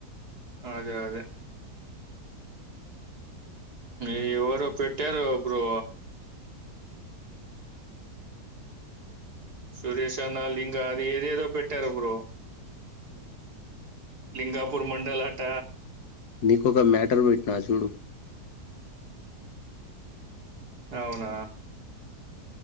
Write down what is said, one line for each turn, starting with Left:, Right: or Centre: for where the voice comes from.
Right: అదే అదే నీ ఎవ్వరో పెట్టారు అప్పుడు సురేష్ అన్న లింగ అది ఏదేదో పెట్టారు బ్రో లింగాపూర్ మండలట
Left: నీకొక మ్యాటర్ పెట్టినా చూడు
Right: అవునా